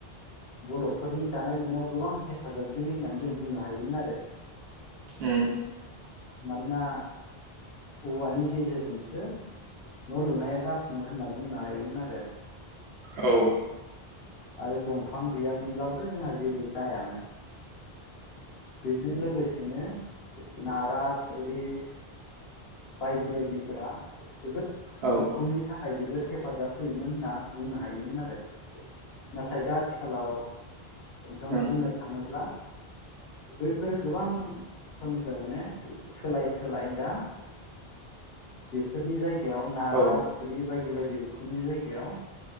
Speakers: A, on the left (about 75°); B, on the right (about 75°).
A: बर'फोरनि दानाय लुनायाव गोबां हेफाजाबगिरि होननानै जों बुं हायोमोन आरो।
B: ओम।
A: मानोना औवानि गेजेरजोंसो न' लुनाया जाफुङो होनना बुंनो हायोमोन आरो।
B: औ।
A: आरो दंफां गैयामोनब्लाबो जोंहा जेबो जायामोन। बेजों लोगोसे बिनो नाराद थुरि बायदि बायदिफोरा जोबोद
B: औ
A: उखुमनि थाखाय जोबोद हेफाजाब होयोमोन होनना। बुंना हायोमोन आरो नाथाय दा आथिखालाव नोंथां
B: उम
A: बुंनो थाङोब्ला बैफोरो गोबां समनिफ्राय माने सोलाय सोलाय दा बेफोरनि जायगा गायाव नारा
B: औ थिं औ
A: थुरि बायदि बायदि दि उखुमनि जायगायाव